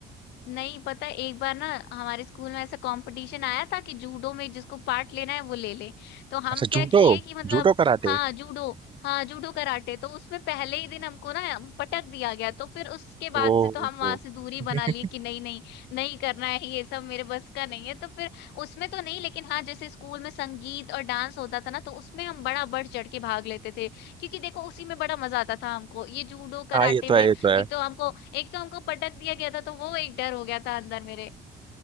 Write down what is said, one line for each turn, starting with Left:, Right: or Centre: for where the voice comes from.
Left: नहीं पता है एक बार ना हमारे स्कूल में ऐसा कंपटीशन आया था कि जूडो में जिसको पार्ट लेना है वो ले ले तो हम
Right: अच्छा
Left: क्या
Right: जूडो
Left: किए कि मतलब
Right: जूडो कराटे
Left: हाँ जूडो हाँ जूडो कराटे तो उसमें पहले ही दिन हमको ना पटक दिया गया तो फिर उसके बाद
Right: ओ,
Left: से तो हम वहां
Right: ओ।
Left: से दूरी
Right: <laughs>
Left: बना लिए कि नहीं नहीं नहीं करना है ये सब मेरे बस का नहीं है तो फिर उसमें तो नहीं लेकिन हाँ जैसे स्कूल में संगीत और डांस होता था ना तो उसमें हम बड़ा बढ़ चढ़ के भाग लेते थे क्योंकि देखो उसी में बड़ा मजा आता था हमको ये जूडो कराटे
Right: हाँ ये तो
Left: में
Right: है ये तो है
Left: एक तो हमको एक तो हमको पटक दिया गया था तो वो एक डर हो गया था अंदर मेरे